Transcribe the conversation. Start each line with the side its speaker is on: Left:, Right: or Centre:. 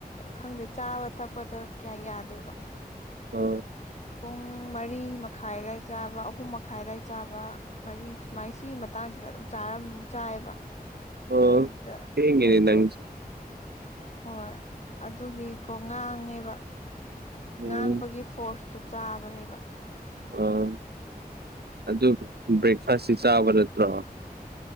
Left: ꯈꯪꯗꯦ ꯆꯥꯕ ꯊꯛꯄꯗ ꯀꯌꯥ ꯌꯥꯗꯦꯕ
Right: ꯑ
Left: ꯄꯨꯡ ꯃꯔꯤ ꯃꯈꯥꯏꯗ ꯆꯥꯕ ꯑꯍꯨꯝ ꯃꯈꯥꯏꯗ ꯆꯥꯕ ꯃꯔꯤ ꯁꯨꯃꯥꯏꯅ ꯁꯤꯒꯤ ꯃꯇꯥꯡꯁꯤꯗ ꯑꯗꯨꯝ ꯆꯥꯔ ꯌꯥꯝ ꯆꯥꯏꯕ
Right: ꯑ
Left: ꯑꯗꯨꯗ
Right: ꯊꯦꯡꯉꯦꯅꯦ
Left: ꯑꯩꯗꯣ
Right: ꯅꯪꯁꯦ
Left: ꯍꯣꯏ ꯑꯗꯨꯒꯤꯀꯣ ꯉꯥꯡꯉꯦꯕ
Right: ꯎꯝ
Left: ꯉꯥꯡꯕꯒꯤ ꯐꯣꯔꯁꯇ ꯆꯥꯕꯅꯦꯕ
Right: ꯑꯣ ꯑꯗꯨ ꯕ꯭ꯔꯦꯛꯐꯥꯁꯁꯤ ꯆꯥꯕ ꯅꯠꯇ꯭ꯔꯣ